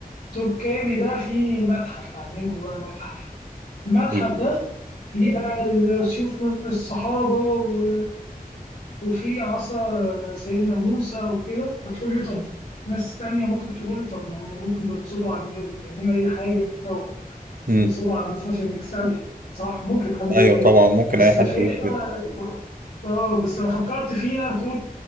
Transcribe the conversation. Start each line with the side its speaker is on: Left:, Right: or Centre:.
Left: توبكابي ده فيه متحف عاملين جواه متحف المتحف
Right: حلو.
Left: ده فيه بقى ال- سيوف الصحابة و... وفي عصا سيدنا موسى وكده هتقول لي طب ناس تانية ممكن تقول إيه؟ طب ما هم ممكن بينصبوا على الناس جايبين أي حاجة
Right: امم
Left: وينصبوا على الناس عشان يكسبوا صح ممكن حد يقول
Right: ايوه
Left: كده
Right: طبعا ممكن
Left: بس
Right: اي حد
Left: الفكرة
Right: يقول كده
Left: اه بس لو فكرت فيها هتقول